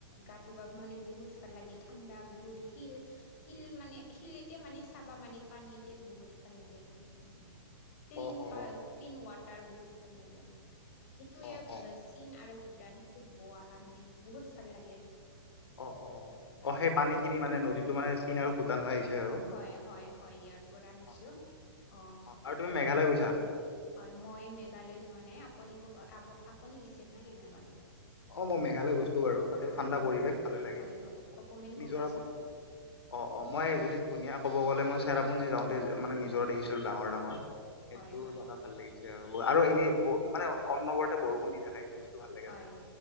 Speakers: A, on the left; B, on the left.
A: গা ধুব মানে বহুত ভাল লাগে। ঠাণ্ডা বহুত শিল - শিল - শিল মানে এতিয়া চাব মানে পানীতে বহুত ভাল লাগে আৰু, সেইটো মানে ক্লিন
B: অ অ
A: পা ক্লিন ৱাটাৰ তাৰ বহুত ভাল লাগে, আৰু সেইটো ইয়াৰ
B: অ অ
A: চীন আৰু ভূ টান সেইটো বৈ অহা মানে বহুত ভাল লাগে।
B: অ- অ-
A: চাবা
B: অ। সেই
A: হয়।
B: পানীখিনি মানে নদীটো মানে চীন আৰু ভূটান হৈ আহিছে আৰু
A: হয় হয় ইয়াৰ পৰা আহিছে
B: অ
A: অ
B: আৰু তুমি মেঘালয় গৈছা?
A: হয়, মই মেঘালয় যোৱা নাই, আপুনি কব আপুনি গৈছিল নে কি মেঘালয়?
B: অ', মই মেঘালয় গৈছো বাৰু তাতে
A: অ
B: ঠাণ্ডা
A: অ
B: পৰিৱেশ
A: অ
B: ভালে লাগে,
A: হয় হয় অকমেণ্ট
B: নিজৰ
A: ক'বাচোন
B: অ', অ', মই যদি ধুনীয়া ক'ব গ'লে মই চেৰাপুঞজী যাওঁ। মানে নিজৰা
A: হয়
B: দেখিছিলো ডাঙৰ ডাঙৰ, সেইটো
A: হয় হয়
B: জেগাত ভাল লাগিছিল। আৰু এনেই মানে অন্নবৰতে বৰষুণ দি থাকে এইটো বস্তু ভাল লাগে
A: হয়
B: তাতে।